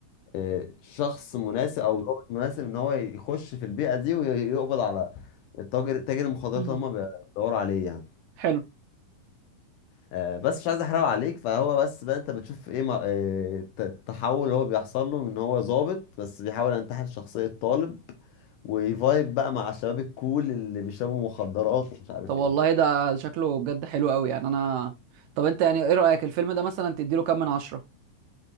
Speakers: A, on the left; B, on the right.
A: آه، شخص مناسب أو ضابط مناسب إن هو يخش في البيئة دي ويقبض على التاجر تاجر المخدرات
B: <clears throat>
A: اللي هم بيدوروا
B: <laughs>
A: عليه يعني
B: حلو
A: آه، بس مش عايز احرق عليك فهو بس بقى انت بتشوف ايه ما- آه، الت- التحول اللي هو بيحصل له من ان هو ظابط بس بيحاول ينتحل شخصية طالب ويفايب بقى مع الشباب الكول اللي بيشربوا مخدرات ومش عارف
B: طب والله
A: ايه
B: ده ده شكله بجد حلو قوي يعني انا طب انت يعني ايه رأيك الفيلم ده مثلا تديله كام من عشرة